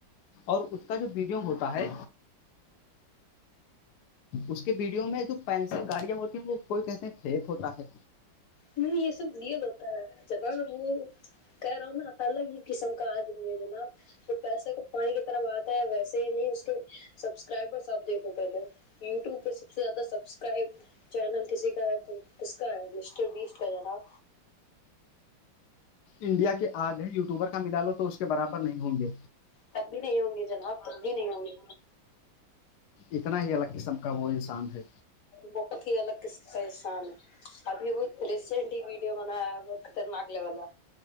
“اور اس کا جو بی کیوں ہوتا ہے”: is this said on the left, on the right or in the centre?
Left